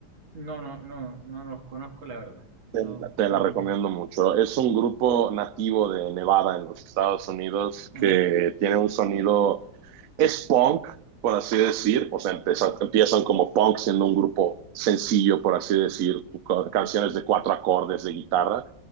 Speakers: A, on the right; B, on the right.
A: No, no, no, no los conozco, la verdad.
B: Te,
A: No,
B: te,
A: no
B: la recomiendo
A: tengo.
B: mucho. Es un grupo nativo de Nevada en los Estados Unidos
A: Ah,
B: que tiene un sonido, es punk, por así decir, o sea, empiezan, empiezan como punk siendo un grupo sencillo, por así decir, canciones de cuatro acordes de guitarra,